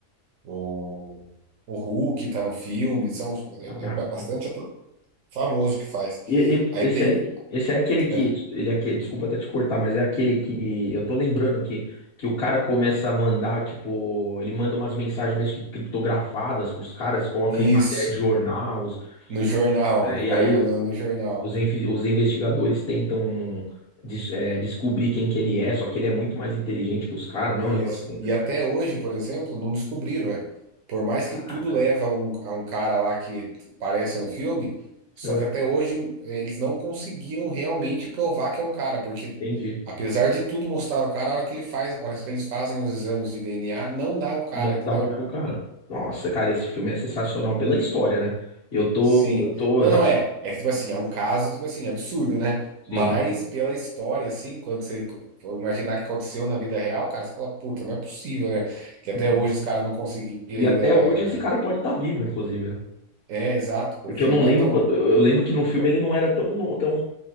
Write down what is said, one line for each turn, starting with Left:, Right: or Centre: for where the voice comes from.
Right: o, o Hulk, tá no filme. São, é,
Left: caraca.
Right: é ba- bastante ator famoso que faz.
Left: E- e-
Right: Aí
Left: esse
Right: tem.
Left: aí, esse é aquele que.
Right: é,
Left: Ele é aquele, desculpa até te cortar, mas é aquele que. Eu tô lembrando aqui. Que o cara começa a mandar, tipo, ele manda umas mensagens mesmo que criptografadas pros caras, coloca
Right: isso,
Left: em matéria de jornais,
Right: no jornal,
Left: não é?
Right: ele
Left: E
Right: vai
Left: aí,
Right: andando no jornal.
Left: Os, infi- os investigadores tentam des- é, descobrir quem que ele é, só que ele é muito mais inteligente que os caras,
Right: Isso.
Left: não é um negócio assim,
Right: E até hoje, por exemplo, não descobriram, velho. Por mais
Left: caraca,
Right: que tudo leva a um, a um cara lá que aparece no filme, só
Left: É.
Right: que até hoje eh, eles não conseguiram realmente provar que é o cara, porque
Left: entendi.
Right: apesar de tudo mostrar o cara, a hora que ele faz, a hora que eles fazem os exames de DNA, não dá o cara,
Left: Não
Right: entendeu?
Left: dá o mesmo cara. Nossa, cara, esse filme é sensacional pela história, né? Eu tô,
Right: Sim.
Left: eu tô
Right: Não,
Left: realmente.
Right: não é. É que, tipo assim, é um caso, tipo assim, absurdo, né? Mas
Left: Sim, sim.
Right: pela história, assim, quando você for imaginar que aconteceu na vida real, cara, você fala, puta, não é possível, né? Que até
Left: Uhum.
Right: hoje os caras não conseguiram
Left: E
Right: ainda.
Left: até hoje esse cara pode estar vivo, inclusive, né?
Right: É, exato, porque
Left: Porque eu não
Right: não
Left: lembro,
Right: é tão,
Left: quando- eu lembro que no filme
Right: eu-
Left: ele não era tão, no- tão,